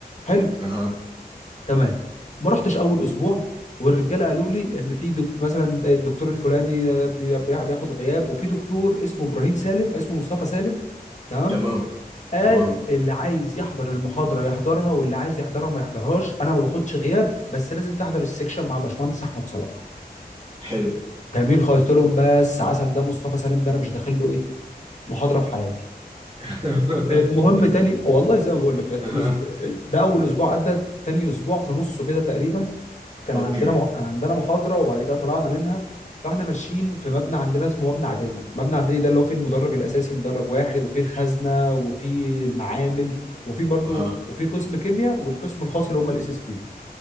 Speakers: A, on the left; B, on the right.
A: حلو
B: اها
A: تمام ما رحتش اول اسبوع والرجاله قالوا لي ان في دك... مثلا الدكتور الفلاني آه، بي- بي- بياخد غياب وفي دكتور اسمه ابراهيم سالم اسمه مصطفى سالم تمام
B: تمام
A: قال
B: تمام
A: اللي عايز يحضر المحاضره يحضرها واللي عايز يحضرها ما يحضرهاش انا ما باخدش غياب بس لازم تحضر السكشن مع باشمهندس احمد صلاح
B: حلو
A: جميل خالص قلت لهم بس عسل ده مصطفى سالم ده انا مش داخل له ايه محاضره في حياتي
B: <laughs>
A: المهم تاني والله زي ما بقول لك
B: اها
A: الأس- ده اول اسبوع عدى تاني اسبوع في نصه كده تقريبا كان
B: اوكي
A: عندنا مح... كان عندنا محاضرة وبعد كده طلعنا منها فاحنا ماشيين في مبنى عندنا اسمه مبنى اعدادي مبنى اعدادي ده اللي هو فيه المدرج الاساسي مدرج واحد وفيه الخزنة وفيه المعامل وفيه برضو
B: اها
A: وفيه قسم كيمياء والقسم الخاص اللي هم الاس اس بي